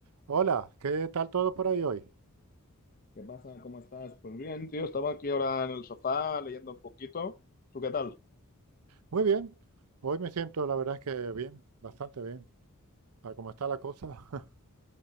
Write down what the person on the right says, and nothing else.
Hola, ¿qué tal todo por ahí hoy?
Muy bien, hoy me siento la verdad es que bien, bastante bien, para cómo está la cosa. <laughs>